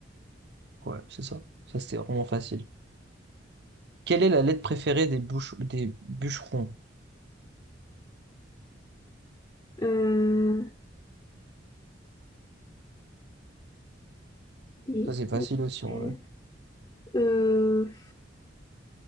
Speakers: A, on the right (about 60°); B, on the left (about 25°).
A: Ouais, c'est ça. Ça, c'est vraiment facile. Quelle est la lettre préférée des bouche- des bûcherons?
B: Euh, des-
A: Ça, c'est facile aussi, en
B: euh,
A: vrai.
B: euh,